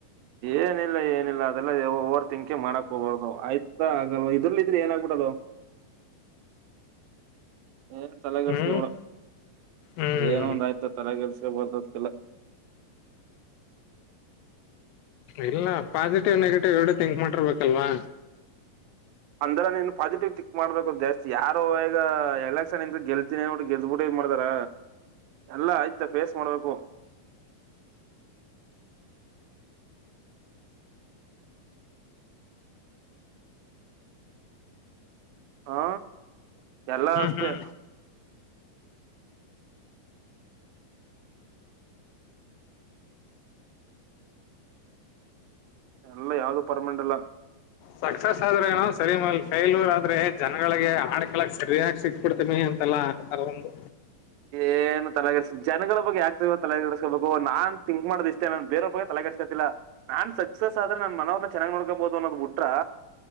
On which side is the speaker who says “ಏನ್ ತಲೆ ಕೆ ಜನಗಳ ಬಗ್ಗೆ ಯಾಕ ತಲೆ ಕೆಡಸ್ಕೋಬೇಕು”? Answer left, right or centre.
Right